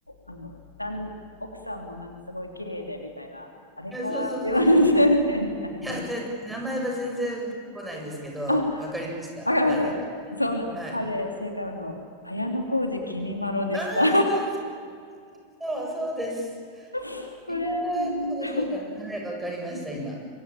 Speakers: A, on the left; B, in the centre.
A: あの旦奥さんもなんかすごい綺麗でみたいなあれから40年みたいな
B: いや、そうそうそうそうそうそう。いや、ぜ名前は全然出てこないですけど、
A: あ
B: わかりました。
A: わかりましたそうなんです彼正解はあの綾小路きみまろでした
B: 誰だか。はい。ああ、そうそう、そうです。
A: <laughs>
B: いや
A: これですね
B: ー、そうそうだ。はい、わかりました、今。